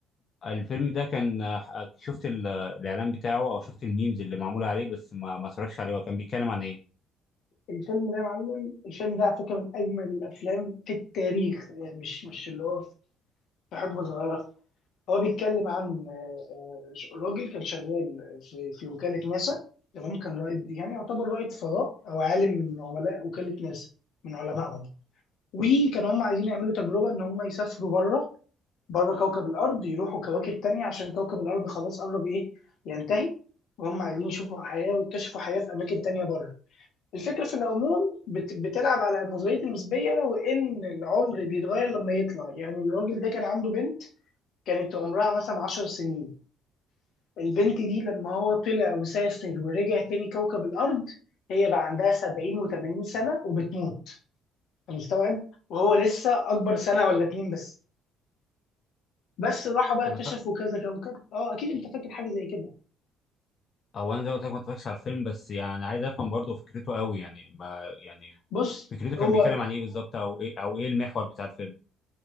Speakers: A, on the left; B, on the left.
A: الفيلم ده كان آه، شفت ال- الإعلان بتاعه أو شفت الميمز اللي معمولة عليه بس ما ما اتفرجتش عليه هو كان بيتكلم عن إيه؟
B: الفيلم ده يا معلم الفيلم ده على فكره من اجمل الافلام في التاريخ يعني مش مش اللي هو في حقبه صغيره هو بيتكلم عن آه، آه، ش- راجل كان شغال في في وكاله ناسا تمام كان رائد يعني يعتبر رائد فضاء او عالم من عملاء وكاله ناسا من علمائهم وكانوا هم عايزين يعملوا تجربه ان هم يسافروا بره بره كوكب الارض يروحوا كواكب تانية عشان كوكب الارض خلاص قرب ايه ينتهي وهم عايزين يشوفوا حياه ويكتشفوا حياه في اماكن تانية بره الفكرة في العموم بت- بتلعب على النظرية النسبية وإن العمر بيتغير لما يطلع يعني الراجل ده كان عنده بنت كانت عمرها مثلا 10 سنين البنت دي لما هو طلع وسافر ورجع تاني كوكب الأرض هي بقى عندها 70 و80 سنة وبتموت أنا مستوعب وهو لسه أكبر سنة ولا اتنين بس بس راحوا بقى
A: أنا
B: اكتشفوا
A: فا...
B: كذا كوكب اه اكيد انت فاكر حاجه زي كده
A: او انا زي ما قلت لك ما اتفرجتش على الفيلم بس يعني عايز افهم برضه فكرته قوي يعني ما يعني
B: بص
A: فكرته كان
B: هو
A: بيتكلم عن ايه بالظبط او ايه او ايه المحور بتاع الفيلم